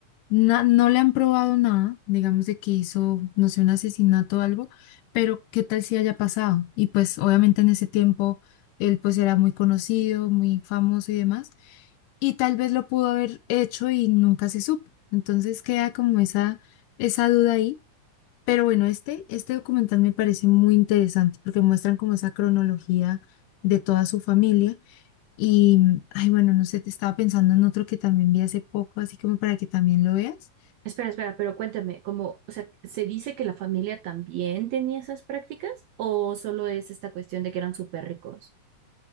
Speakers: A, on the left; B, on the right.
A: na- no le han probado nada, digamos de que hizo, no sé, un asesinato o algo, pero qué tal si haya pasado. Y pues obviamente en ese tiempo él pues era muy conocido, muy famoso y demás, y tal vez lo pudo haber hecho y nunca se supo. Entonces queda como esa, esa duda ahí. Pero bueno, este, este documental me parece muy interesante porque muestran como esa cronología de toda su familia. Y, mm, ay, bueno, no sé, te estaba pensando en otro que también vi hace poco, así como para que también lo veas.
B: Espera, espera, pero cuéntame, como, o sea, ¿se dice que la familia también tenía esas prácticas o solo es esta cuestión de que eran súper ricos?